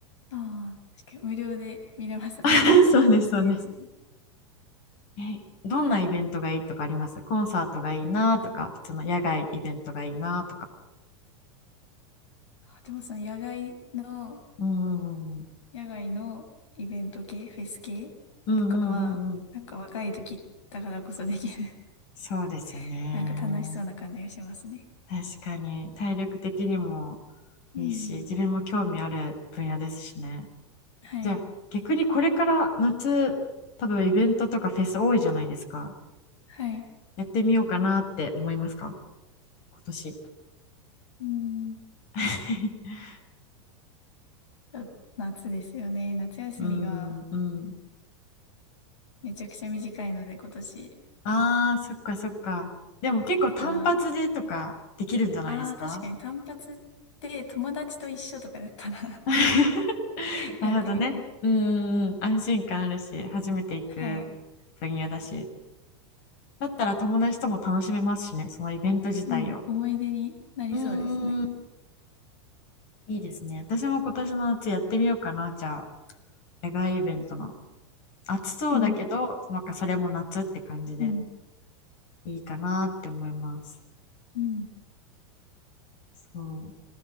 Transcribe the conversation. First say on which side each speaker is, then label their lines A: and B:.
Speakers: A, on the left; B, on the left.
A: ああ、確かに無料で見れますもんね。
B: <laughs> そうです、そうです。
A: いいですね。
B: え、どんなイベントがいいとかありますコンサートがいいなとか、普通の野外イベントがいいなとか。
A: あでもその野外の
B: うんうん
A: 野外のイベント系、フェス系とか、
B: うんうんうんうんうん
A: なんか若い時だからこそできる
B: そうですよね。
A: <laughs> なんか楽しそうな感じがしますね。
B: 確かに、体力的にも
A: うん。
B: いいし、自分も興味ある分野ですしね。
A: はい。
B: じゃあ、逆にこれから夏、多分イベントとかフェス多いじゃないですか。
A: はい。
B: やってみようかなって思いますか今年。
A: うん。
B: <laughs>
A: ちょっと夏ですよね。夏休みが
B: うんうん。
A: めちゃくちゃ短いので今年。
B: ああ、そっかそっか。でも結構単発でとかできるんじゃないですか
A: だから、ああ、確かに単発って友達と一緒とかだったら
B: <laughs>
A: <laughs>
B: なるほどね。
A: やってみたい。
B: うんうんうん、安心感あるし、初めて行く
A: はい。
B: 分野だし。だったら友達とも楽しめますしね、そのイベント自体を。
A: うん。思い出になりそうですね。
B: うんうんうん、いいですね。私も今年の夏やってみようかな、じゃあ。野外イベントの。暑そうだけど、
A: うん。
B: なんかそれも夏って感じで
A: うん。
B: いいかなって思います。
A: うん。
B: そう。